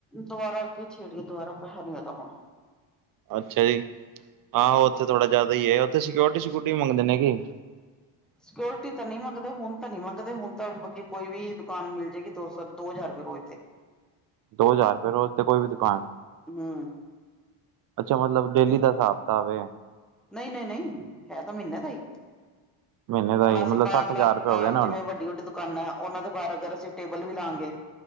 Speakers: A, in the centre; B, on the right.
A: ਦੁਬਾਰਾ ਕੀ ਛੇੜੀਏ ਦੁਬਾਰਾ ਪੈਸਾ ਨੀ ਹੈਗਾ ਹੁਣ
B: ਅੱਛਾ ਜੀ, ਆਹੋ ਓਥੇ ਥੋੜਾ ਜ਼ਿਆਦਾ ਈ ਐ ਓਥੇ ਸਿਕਓਰਟੀ ਸਿਕਉਰਟੀ ਮੰਗਦੇ ਨੇਗੇ <inaudible>
A: ਸਕਿਓਰਿਟੀ ਤਾਂ ਨੀ ਮੰਗਦੇ ਹੁਣ ਤਾਂ ਨੀ ਮੰਗਦੇ ਹੁਣ ਤਾਂ ਕੋਈ ਵੀ ਦੁਕਾਨ ਮਿਲ ਜੇਗੀ ਦੋ ਸੌ ਦੋ ਹਜ਼ਾਰ ਰੁਪਏ ਰੋਜ਼ ਦੇ
B: ਦੋ ਹਜ਼ਾਰ ਰੁਪਏ ਰੋਜ਼ਦੇ ਕੋਈ ਵੀ ਦੁਕਾਨ
A: ਹੂੰ
B: ਅੱਛਾ ਮਤਲਬ ਡੇਲੀ ਦਾ ਹਿਸਾਬ ਕਿਤਾਬ ਐ
A: ਨਹੀਂ-ਨਹੀਂ-ਨਹੀ ਹੈ ਤਾਂ ਮਹੀਨੇ ਦਾ ਈ
B: ਮਹੀਨੇ ਦਾ
A: ਹੁਣ
B: ਹੀ
A: ਅਸੀਂ
B: ਮਤਲਬ
A: ਬਾਹਰਲਾ
B: ਸੱਠ ਹਜ਼ਾਰ ਰੁਪਏ ਹੋ
A: ਅਹ
B: ਗਏ ਨਾ
A: ਜਿਵੇਂ
B: ਹੁਣ
A: ਵੱਡੀ-ਵੱਡੀੇ ਦੁਕਾਨਾਂ ਐ ਉਹਨਾਂ ਦੇ ਬਾਰ ਅਗਰ ਅਸੀਂ ਟੇਬਲ ਵੀ ਲਾਗੇ